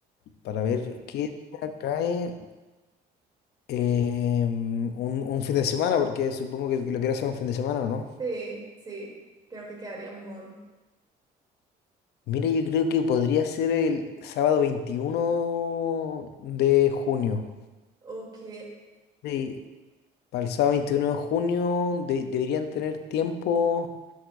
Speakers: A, on the left (about 75°); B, on the right (about 25°).
A: para ver
B: Ok.
A: qué día cae eh, un, un fin de semana, porque supongo que lo quiero hacer un fin de semana, ¿o no?
B: Sí, sí, creo que quedaría mejor.
A: Mire, yo creo que podría ser el sábado 21 de junio.
B: Ok,
A: Sí, Para el sábado 21 de junio de- deberían tener tiempo